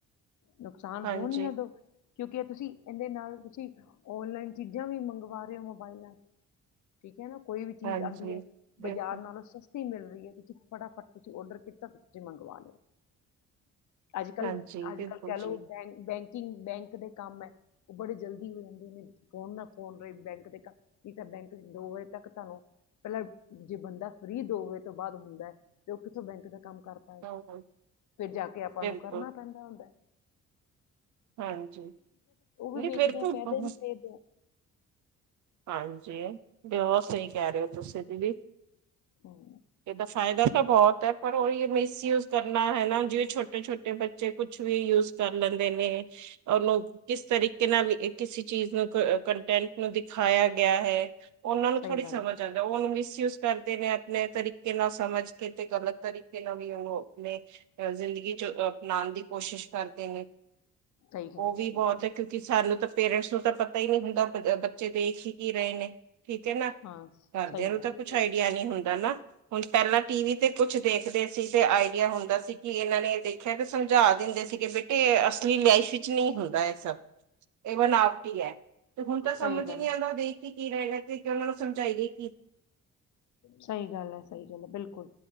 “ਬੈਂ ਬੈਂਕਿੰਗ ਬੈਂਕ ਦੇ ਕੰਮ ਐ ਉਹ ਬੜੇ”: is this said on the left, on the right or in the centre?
Left